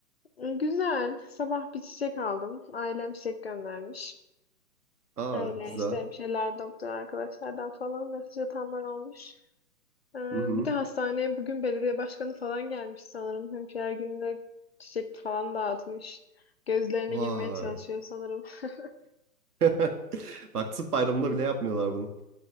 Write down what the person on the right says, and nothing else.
Aa
güzel.
Hı hı.
Vay.
<laughs> Bak tıp bayramında bile yapmıyorlar bunu.